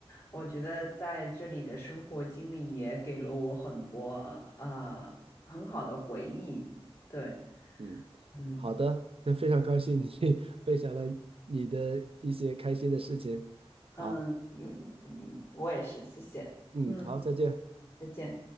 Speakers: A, on the left; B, on the right.
A: 我觉得在这里的生活经历也给了我很多呃很好的回忆。对，
B: 嗯，
A: 嗯
B: 好的，那非常高兴你 <laughs> 分享了你的一些开心的事情。好，
A: 嗯嗯，嗯我也是，谢谢。
B: 嗯，
A: 嗯。
B: 好，再见。
A: 再见。